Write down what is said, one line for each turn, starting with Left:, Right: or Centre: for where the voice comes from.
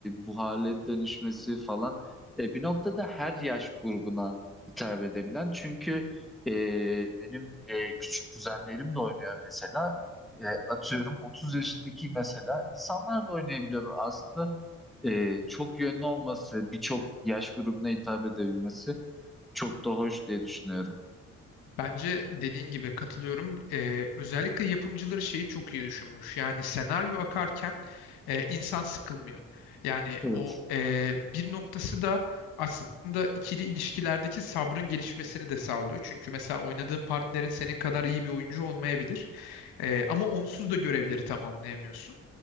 Centre: bu hale dönüşmesi falan E, bir noktada her yaş grubuna hitap edebilen çünkü e, benim e, küçük kuzenlerim de oynuyor mesela E, atıyorum 30 yaşındaki mesela insanlar da oynayabiliyor aslında e, çok yönlü olması birçok yaş grubuna hitap edebilmesi çok da hoş diye düşünüyorum.
Left: Bence dediğin gibi katılıyorum. Ee, özellikle yapımcıları şeyi çok iyi düşünmüş. Yani senaryo akarken e, insan sıkılmıyor. Yani
Centre: Evet.
Left: o e, bir noktası da aslında ikili ilişkilerdeki sabrın gelişmesini de sağlıyor. Çünkü mesela oynadığın partnerin senin kadar iyi bir oyuncu olmayabilir. E, ama onsuz da görevleri tamamlayamıyorsun.